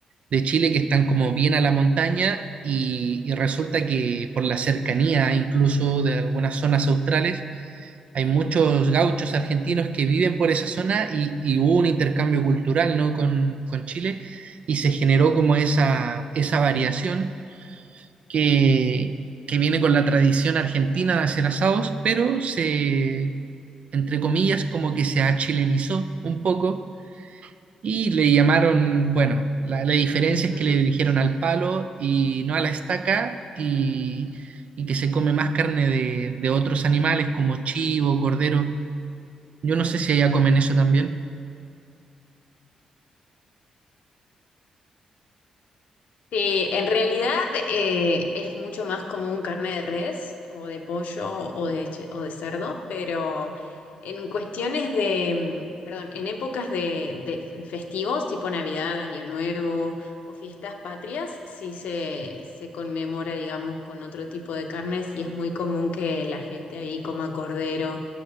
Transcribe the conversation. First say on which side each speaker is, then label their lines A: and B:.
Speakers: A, on the right; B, on the left.
A: de Chile que están como bien a la montaña y, y resulta que por la cercanía incluso de algunas zonas australes Hay muchos gauchos argentinos que viven por esa zona y, y hubo un intercambio cultural, ¿no? con, con Chile y se generó como esa, esa variación que, que viene con la tradición argentina de hacer asados, pero se, entre comillas, como que se achilenizó un poco y le llamaron, bueno, la, la diferencia
B: <laughs>
A: es que le dirigieron al palo y no a la estaca y, y que se come más carne de, de otros animales como chivo, cordero yo no sé si allá comen eso también.
B: Sí, en realidad eh, es mucho más común carne de res o de pollo o de, che- o de cerdo, pero en cuestiones de, mm, perdón, en épocas de, de festivos tipo Navidad, Año Nuevo o fiestas patrias, sí se, se conmemora, digamos, con otro tipo de carnes y es muy común que la gente ahí coma cordero